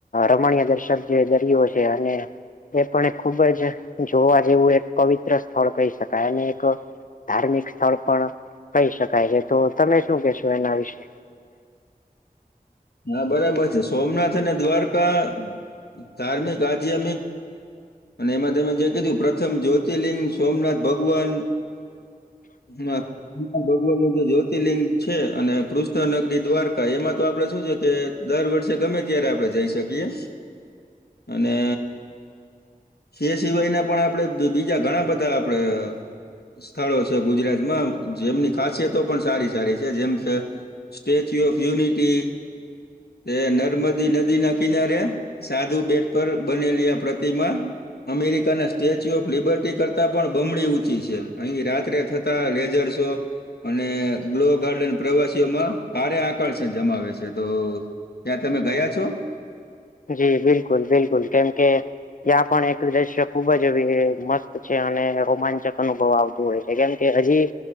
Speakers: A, on the left (about 60°); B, on the left (about 90°).
A: રમણીય દર્શક જે દરિયો છે અને. એ પણ ખુબ જ જોવા જેવું એક પવિત્ર સ્થળ કહી શકાય અને એક. ધાર્મિક સ્થળ પણ કહી શકાય છે તો તમે શું કેશો એના વિશે.
B: હા બરાબર છે સોમનાથ અને દ્વારકા ધાર્મિક આધમિક અને એમાં તમે જે કીધું પ્રથમ જ્યોતિર્લિંગ સોમનાથ ભગવાન હ ભગવાન નું જે જ્યોતિર્લિંગ છે અને કૃષ્ણનગરી દ્વારકા એમાં તો આપડે શું છે કે દર વર્ષે ગમે ત્યારે આપડે જઈ શકીએ અને એ સિવાયના પણ આપણે બીજા ઘણા બધા આપણે સ્થળો છે ગુજરાતમાં જેમની ખાસિયતો પણ સારી સારી છે જેમ કે સ્ટેચ્યુ ઓફ યુનિટી એ નર્મદી નદી ના કિનારે સાધુ બેટ પર બનેલી આ પ્રતિમા અમેરિકાના સ્ટેચ્યુ ઓફ લિબર્ટી કરતાં પણ બમણી ઊંચી છે અહીં રાત્રે થતા લેઝરસો અને ગ્લો ગાર્ડન પ્રવાસીઓમાં સારે આકર્ષણ જમાવે છે તો ત્યાં તમે ગયા છો
A: જી બિલકુલ બિલકુલ કેમ કે ત્યાં પણ એક દ્રશ્ય ખુબ જ મસ્ત છે અને રોમાંચક અનુભવ આવશે હોય છે કેમ કે હજી